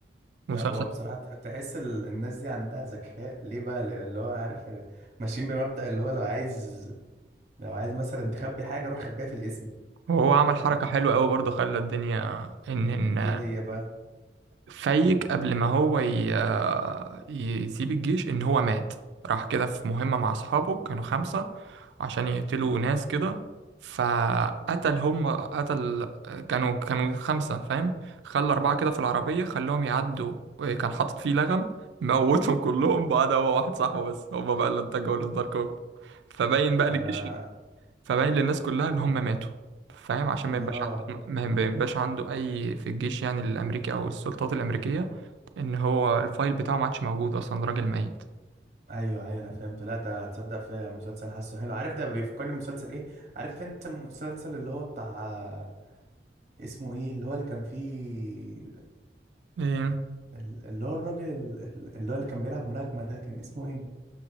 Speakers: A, on the right (about 80°); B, on the right (about 40°).
A: مسلسل
B: لا هو بصراحة تح- تحس ال- الناس دي عندها ذكاء ليه بقى اللي هو عارف آه، ماشيين بمبدأ اللي هو لو عايز لو عايز مثلا تخبي حاجة روح خبيها في الاسم
A: وهو عمل
B: <laughs>
A: حركة حلوة قوي برضه خلى الدنيا ان إن
B: ايه هي بقى
A: فايق قبل ما هو ي... آه، يسيب الجيش ان هو مات راح كده في مهمة مع اصحابه كانوا خمسة عشان يقتلوا ناس كده فقتل هم قتل كانوا كانوا خمسة فاهم خلى أربعة كده في العربية خلاهم يعدوا كان حاطط فيه لغم موتهم كلهم بعد هو واحد صاحبه بس هما بقى اللي اتجهوا للدارك ويب فباين بقى
B: انا
A: للجيش فباين للناس كلها اللي هم ماتوا فاهم عشان ما
B: اه
A: يبقاش عنده ما يبقاش عنده اي في الجيش يعني الامريكي او السلطات الامريكيه ان هو الفايل بتاعه ما عادش موجود اصلا راجل ميت
B: ايوه ايوه انا فهمت لا ده هتصدق في مسلسل حاسه حلو عارف ده بيفكرني بمسلسل ايه عارف انت المسلسل اللي هو بتاع اسمه ايه اللي هو اللي كان فيه
A: ايه
B: ال- اللي هو الراجل ال- اللي هو اللي كان بيلعب ملاكمة ده كان اسمه ايه